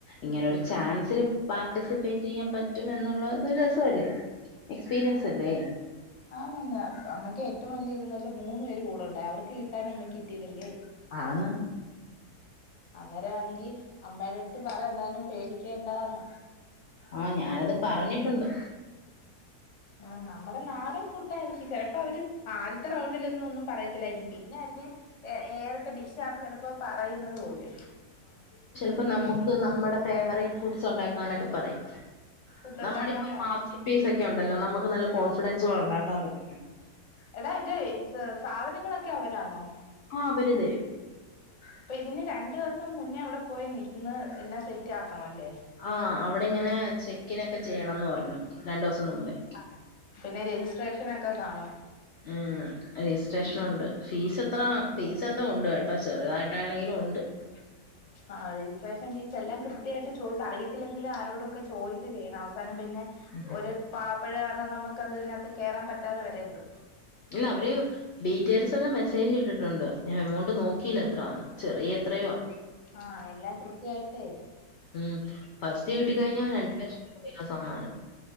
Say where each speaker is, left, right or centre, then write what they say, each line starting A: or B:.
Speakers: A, on the left; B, on the left.
A: ഇങ്ങനെ ഒരു ചാൻസിൽ പാർട്ടിസിപ്പേറ്റ് ചെയ്യാൻ പറ്റും എന്നുള്ളത് രസല്ലേ എക്സ്പീരിയൻസ് സവല്ലേ
B: അതൊന്നും അല്ല അമ്മക്കെ - ഏറ്റവും വലിയ ഇതന്ന് വെച്ചാൽ മൂന്നു പേര് കൂടെണ്ടായി അവർക്ക് കിട്ടാതെ നമ്മക്ക് കിട്ടിയതല്ലേ
A: ആന്ന്
B: അന്നേരയാണെങ്കി അമ്മയുടെ അടുത്ത് പറ എന്തായാലും പേടിക്കണ്ടാന്ന്
A: ആഹ് ഞാനത് പറഞ്ഞിട്ടുണ്ട്
B: ആ നമ്മുടെ നാട്- ഉണ്ടായിരിക്കും ചെലപ്പോ അവര് ആദ്യത്തെ റൗണ്ടിലൊന്നും ഒന്നും പറയത്തില്ലായിരിക്കും പിന്നെ അറിഞ്ഞേ - ഏ ഏതൊക്കെ ഡിഷ്യാണ് ചെലപ്പോ പറയുന്നത് പോലും
A: അപ്പം നമുക്ക് നമ്മുടെ ഫേവറേറ്റ് ഫുഡ്സ് ഒണ്ടാക്കാം അങ്ങനൊക്കെ പറയും
B: ഫുഡ്
A: നമ്മുടെ
B: ഉണ്ടാക്കാൻ
A: ഇപ്പോഒരു
B: പറയും
A: മാസ്റ്റർ പീസ് ഒക്കെ ഉണ്ടല്ലോ നമുക്ക് നല്ല കോൺഫിഡൻസ്
B: ആ
A: ഒണ്ടാക്ക- <unintelligible>
B: എടാ എന്റെ ഇത് സാധനങ്ങളൊക്കെ അവരാന്നോ
A: ആഹ് അവര് തരും
B: അപ്പൊ ഇതിന് രണ്ടു ദെവസം മുന്നേ അവിടെ പോയി നിന്ന് എല്ലാം സെറ്റ് ആക്കണല്ലേ
A: ആ അവിടെ ഇങ്ങനെ ചെക്കിനൊക്കെ ചെയ്യണംന്ന് പറഞ്ഞു രണ്ടു ദെവസം മുമ്പേ
B: ആഹ് പിന്നെ രജിസ്ട്രേഷനോക്കെ കാണും
A: ഉം രജിസ്ട്രേഷനോണ്ട് ഫീസ് എത്ര ഫീസ് എന്തോ ഒണ്ട് കേട്ടോ ചെറുതായിട്ടാണെങ്കിലും ഒണ്ട്
B: <inaudible> ആ രജിസ്ട്രേഷൻ ഫീസ് എല്ലാം കൃത്യമായിട്ട് ചോദിച്ച് അറിയത്തില്ലെങ്കിലും ആരോടും ഒക്കെ ചോദിച്ചു ചെയ്യണം അവസാനം പിന്നെ-
A: ഉ <inaudible>
B: പാകപ്പെഴ കാരണം നമുക്ക് അത്തിനകത്ത് കയറാൻ പറ്റാതെ വരരുത്
A: ഇല്ല അവര് ഡീറ്റെയിൽസ് ഒക്കെ മെസ്സേജ് ഇട്ടിട്ടുണ്ട് ഞാൻ എമൗണ്ട് നോക്കിയില്ല എത്രയാന്ന് ചെറിയ എത്രയോയാ
B: ആ എല്ലാം കൃത്യായിട്ടേ
A: ഉം ഫസ്റ്റ് കിട്ടിക്കഴിഞ്ഞാൽ രരണ്ട് ലക്ഷം രൂപയാണ് സമ്മാനം